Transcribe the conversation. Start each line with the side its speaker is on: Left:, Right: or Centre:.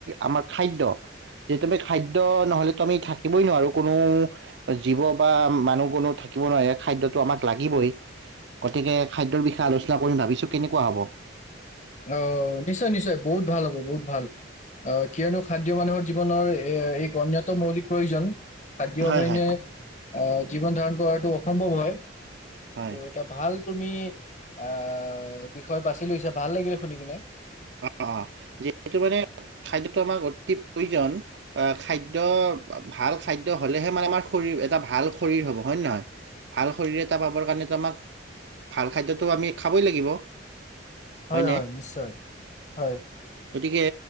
Right: আমাৰ খাদ্য। যে তু আমি খাদ্য নহলে তো আমি থাকিবই নোৱাৰো কোনো জীৱ বা মানুহ কোনো থাকিব নোৱাৰে খাদ্যটো আমাক লাগিবই। গতিকে খাদ্যৰ বিষয়ে আলোচনা কৰিম ভাবিছো, কেনেকুৱা হ'ব?
Left: অহ, নিশ্চয়-নিশ্চয় বহুত ভাল হ'ব বহুত ভাল। অহ কিয়নো খাদ্য মানুহৰ জীৱনৰ এই গণ্যত মৌলিক প্ৰয়োজন। খাদ্যবনে
Right: হয় হয়,
Left: অহ, জীৱন ধাৰণ কৰাটো অসম্ভৱ হয়।
Right: হয়।
Left: ত' এটা ভাল তুমি, আহ বিষয় বাচি লৈছা। ভাল লাগিলে শুনি কিনে।
Right: অহ-অহ। যিহু মানে খাদ্যটো আমাক অতি প্ৰয়োজন, খাদ্য ভাল খাদ্য হ'লেহে মানে আমাৰ শৰীৰ এটা ভাল শৰীৰ হ'ব, হয়ে নহয়? ভাল শৰীৰ এটা পাব কাৰণো আমাক ভাল খাদ্যটো আমি খাবই লাগিব।
Left: হয়-হয়,
Right: হয়নে?
Left: নিশ্চয়। হয়।
Right: গতিকে,